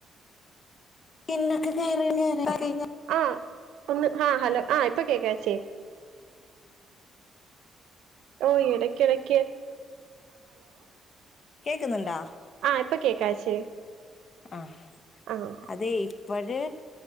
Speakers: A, on the left; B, on the right.
A: പിന്നൊക്കെ കയറാൺ കറിം
B: ആഹ് ഒന്ന് ഹാ ഹലോ ആഹ് ഇപ്പൊ കേക്കാച്ചി ഓഹ് എടയ്ക്കിടയ്ക്ക്
A: കേക്ക്ന്ന്ണ്ടാ
B: ആഹ് ഇപ്പൊ കേക്കാച്ചി
A: ആഹ്
B: ആഹ്
A: അതെ ഇപ്പഴ്